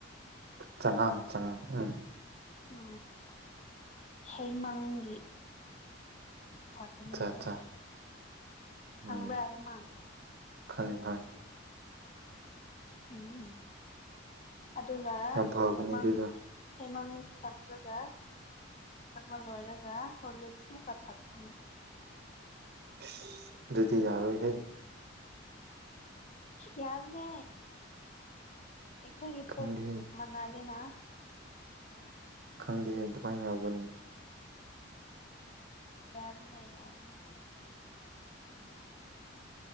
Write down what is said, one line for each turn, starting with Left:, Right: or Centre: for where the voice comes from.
Right: ꯆꯉꯥꯡ ꯆꯉꯥꯡ ꯎꯝ
Left: ꯎ ꯍꯦꯃꯥꯡꯒꯤ <inaudible> ꯊꯒꯅꯤ
Right: ꯑꯠꯆꯥ ꯑꯠꯆꯥ
Left: ꯐꯥꯏ ꯍꯪꯕ
Right: ꯎꯝ
Left: ꯍꯥꯏ ꯃꯥꯡ
Right: ꯈꯪꯉꯤ ꯍꯣꯏ
Left: ꯎꯝ ꯑꯗꯨꯒ
Right: ꯌꯥꯝ ꯐꯕꯅꯦ
Left: ꯍꯃꯥꯡ
Right: ꯑꯗꯨꯗꯣ
Left: ꯍꯩꯃꯥꯡ ꯊꯥꯔꯒ ꯊꯛꯄ ꯂꯣꯏꯔꯒ ꯍꯣꯔꯂꯤꯛꯁ ꯃꯨꯛꯀ ꯊꯛꯂꯝꯃꯤ
Right: ꯑꯁ ꯑꯗꯨꯗꯤ ꯌꯥꯔꯣꯏꯍꯦ
Left: ꯌꯥꯝꯅꯦ ꯑꯩꯈꯣꯏꯒꯤ
Right: ꯈꯪꯗꯦꯍꯦ
Left: ꯄꯨꯛ ꯃꯅꯥꯗꯅ
Right: ꯈꯪꯗ ꯍꯦ ꯗꯗꯨꯄꯥꯕꯅꯤ
Left: ꯌꯥꯕꯅꯦ ꯌꯥꯕꯅꯦ